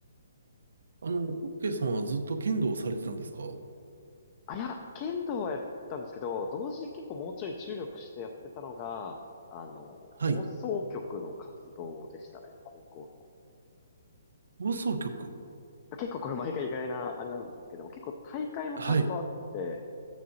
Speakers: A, on the right; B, on the left.
A: あの、オッケーさんはずっと剣道をされてたんですか
B: あ、いや、剣道はやったんですけど、同時に結構もうちょい注力してやってたのが、あの、
A: はい。
B: 放送局の活動でしたね、高校の。
A: 放送局。
B: 結構これ毎回意外なあれなんですけども、結構大会もちゃんとあって、
A: はい。